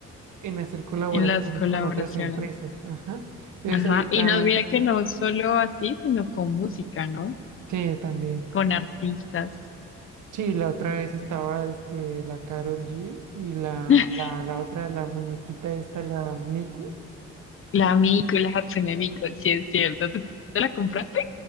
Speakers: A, on the right; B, on the left.
A: en hacer colaboraciones
B: en las colaboraciones.
A: con otras empresas, ajá. Eso
B: Ajá.
A: ahorita,
B: Y nos mira que no solo así, sino con música, ¿no?
A: sí, también.
B: Con artistas.
A: Sí, la otra vez estaba, es que la Carol G y la,
B: <laughs>
A: la, la otra, la muñequita esta, la Miku.
B: La Miku, la Hatsune Miku, sí es cierto. ¿Tú- ¿Te la compraste?